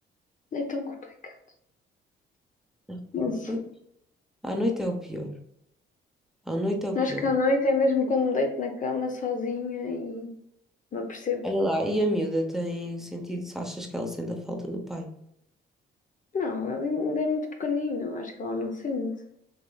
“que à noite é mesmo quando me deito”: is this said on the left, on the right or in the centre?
Left